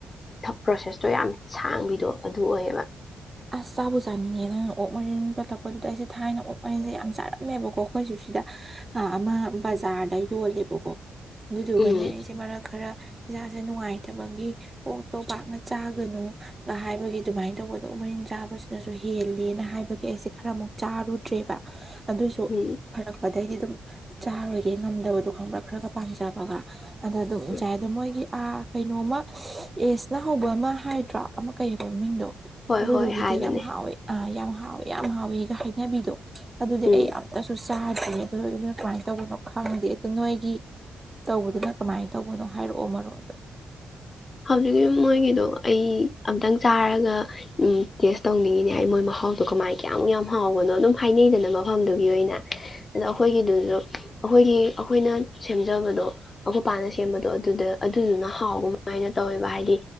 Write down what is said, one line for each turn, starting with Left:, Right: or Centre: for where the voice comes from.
Left: ꯄ꯭ꯔꯣꯁꯦꯁꯇꯣ ꯌꯥꯝ ꯁꯥꯡꯕꯤꯗꯣ ꯑꯗꯨ ꯑꯣꯏꯌꯦꯕ
Right: ꯑꯁ ꯆꯥꯕꯨ ꯆꯥꯅꯤꯡꯉꯦ ꯅꯪꯅ ꯑꯣꯛ ꯃꯔꯤꯟ ꯄꯠꯂꯛꯄꯗꯨꯗ ꯑꯩꯁꯦ ꯊꯥꯏꯅ ꯑꯣꯛ ꯃꯔꯤꯟꯁꯦ ꯌꯥꯝ ꯆꯥꯔꯝꯃꯦꯕꯀꯣ ꯑꯩꯈꯣꯏꯁꯨ ꯁꯤꯗ ꯑꯃ ꯕꯖꯥꯔꯗ ꯌꯣꯜꯂꯦꯕꯀꯣ ꯑꯗꯨꯗꯨꯒꯅꯦ
Left: ꯎꯝ
Right: ꯑꯩꯁꯦ ꯃꯔꯛ ꯈꯔ ꯌꯥꯁꯦ ꯅꯨꯡꯉꯥꯏ ꯍꯥꯏꯗꯕꯒꯤ ꯑꯣꯛꯇꯣ ꯄꯥꯛꯅ ꯆꯥꯒꯅꯨꯒ ꯍꯥꯏꯕꯒꯤ ꯑꯗꯨꯃꯥꯏꯅ ꯇꯧꯕꯒꯗꯣ ꯑꯣꯛ ꯃꯔꯤꯟ ꯆꯥꯕꯁꯤꯅꯁꯨ ꯍꯦꯂꯦꯅ ꯍꯥꯏꯕꯒꯤ ꯑꯩꯁꯦ ꯈꯔꯃꯨꯛ ꯆꯥꯔꯨꯗ꯭ꯔꯦꯕ ꯑꯗꯨꯁꯨ
Left: ꯎꯝ
Right: ꯐꯔꯛ ꯐꯦ ꯑꯗꯩꯗꯤ ꯑꯗꯨꯝ ꯆꯥꯔꯣꯏꯒꯦ ꯉꯝꯗꯕꯗꯣ ꯈꯪꯕ꯭ꯔꯥ ꯈꯔꯒ ꯄꯥꯝꯖꯕꯒ ꯑꯗ ꯑꯗꯨꯝꯁꯥꯏ
Left: ꯎꯝ.
Right: ꯑꯗꯣ ꯃꯣꯏꯒꯤ ꯀꯩꯅꯣꯃ ꯑꯦꯖꯅ ꯍꯧꯕ ꯑꯃ ꯍꯥꯏꯗ꯭ꯔꯥ ꯑꯃ ꯀꯩꯑꯕ ꯃꯃꯤꯡꯗꯣ
Left: ꯍꯣꯏ
Right: ꯑꯗꯨꯗꯨꯒꯤꯗꯤ
Left: ꯍꯣꯏ ꯍꯥꯏꯕꯅꯦ
Right: ꯌꯥꯝ ꯍꯥꯎꯋꯦ ꯑ ꯌꯥꯝ ꯍꯥꯎꯋꯦ ꯌꯥꯝ ꯍꯥꯎꯋꯦꯒ ꯈꯩꯅꯕꯤꯗꯣ ꯑꯗꯨꯗꯤ
Left: ꯎꯝ
Right: ꯑꯩ ꯑꯇꯁꯨ ꯆꯥꯗꯦ ꯑꯗꯨ ꯑꯗꯨꯅ ꯀꯃꯥꯏꯅ ꯇꯧꯕꯅꯣ ꯈꯪꯗꯦ ꯑꯗꯨꯗ ꯅꯣꯏꯒꯤ ꯇꯧꯕꯗꯨꯅ ꯀꯃꯥꯏꯅ ꯇꯧꯕꯅꯣ ꯍꯥꯏꯔꯛꯑꯣ ꯃꯔꯣꯟꯗꯣ
Left: ꯍꯧꯖꯤꯛꯀꯤ ꯃꯣꯏꯒꯤꯗꯣ ꯑꯩ ꯑꯝꯇꯪ ꯆꯥꯔꯒ ꯇꯦꯁ ꯇꯧꯅꯤꯡꯉꯤꯅꯦ ꯑꯩ ꯃꯣꯏ ꯃꯍꯥꯎꯗꯣ ꯀꯃꯥꯏ ꯀꯌꯥꯃꯨꯛ ꯌꯥꯝ ꯍꯥꯎꯕꯅꯣ ꯑꯗꯨꯝ ꯍꯥꯏꯅꯩꯗꯅ ꯃꯐꯝꯗꯨꯒꯤ ꯑꯣꯏꯅ ꯑꯗꯣ ꯑꯩꯈꯣꯏꯒꯤꯗꯨꯁꯨ ꯑꯩꯈꯣꯏꯒꯤ ꯑꯩꯈꯣꯏꯅ ꯁꯦꯝꯖꯕꯗꯣ ꯑꯩꯣꯄꯥꯅ ꯁꯦꯝꯕꯗꯣ ꯑꯗꯨꯗ ꯑꯗꯨꯗꯨꯅ ꯍꯥꯎꯕ ꯁꯃꯥꯏꯅ ꯇꯧꯋꯦꯕ ꯍꯥꯏꯗꯤ